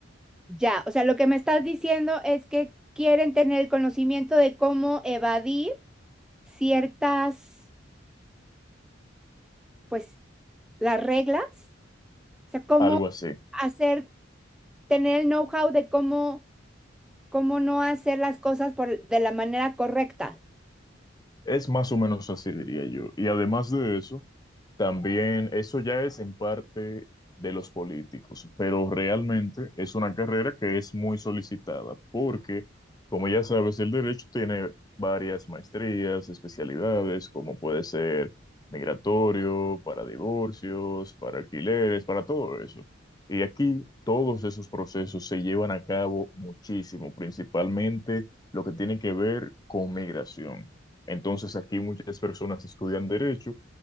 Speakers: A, in the centre; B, on the left.
A: Ya, o sea, lo que me estás diciendo es que quieren tener el conocimiento de cómo evadir ciertas, pues, las reglas, o sea, cómo
B: Algo así.
A: hacer, tener el know-how de cómo, cómo no hacer las cosas por, de la manera correcta.
B: Es más o menos así, diría yo. Y además de eso, También eso ya es en parte de los políticos, pero realmente es una carrera que es muy solicitada porque, como ya sabes, el derecho tiene varias maestrías, especialidades, como puede ser migratorio, para divorcios, para alquileres, para todo eso. Y aquí todos esos procesos se llevan a cabo muchísimo, principalmente lo que tiene que ver con migración. Entonces aquí muchas personas estudian derecho